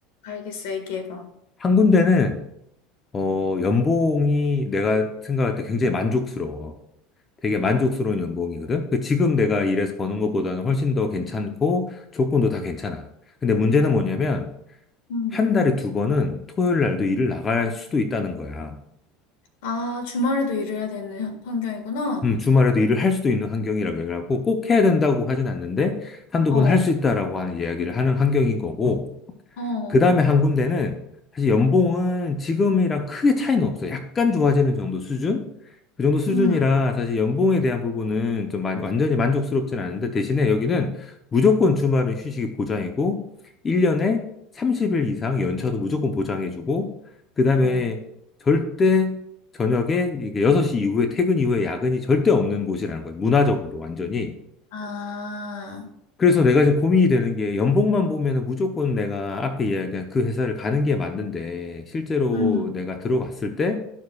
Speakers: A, on the left; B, on the left.
A: 알겠어. 얘기해봐.
B: 한 군데는, 어, 연봉이 내가 생각할 때 굉장히 만족스러워. 되게 만족스러운 연봉이거든. 그 지금 내가 일해서 버는 것보다는 훨씬 더 괜찮고 조건도 다 괜찮아. 근데 문제는
A: 어,
B: 뭐냐면
A: 음.
B: 한 달에 두 번은 토요일 날도 일을 나갈 수도 있다는 거야.
A: 아, 주말에도 일해야 되는 환경이구나.
B: 음, 주말에도 일을 할 수도 있는 환경이라고 해갖고 꼭 해야 된다고 하진 않는데 한두
A: 어,
B: 번 할 수 있다라고 하는 이야기를 하는 환경인 거고
A: 어,
B: 그 다음에 한 군데는 사실 연봉은 지금이랑 크게 차이는 없어요. 약간 좋아지는 정도 수준? 그 정도 수준이라
A: 음,
B: 사실 연봉에 대한 부분은 좀 많이- 완전히 만족스럽진 않은데 대신에 여기는 무조건 주말은 휴식이 보장이고 1년에 30일 이상 연차도 무조건 보장해주고 그 다음에
A: 어.
B: 절대 저녁에 이게 6시 이후에 퇴근 이후에 야근이 절대 없는 곳이라는 거예요. 문화적으로 완전히.
A: 아,
B: 그래서 내가 지금 고민이 되는 게 연봉만 보면은 무조건 내가 앞에 이야기한 그 회사를 가는 게 맞는데 실제로
A: 음,
B: 내가 들어갔을 때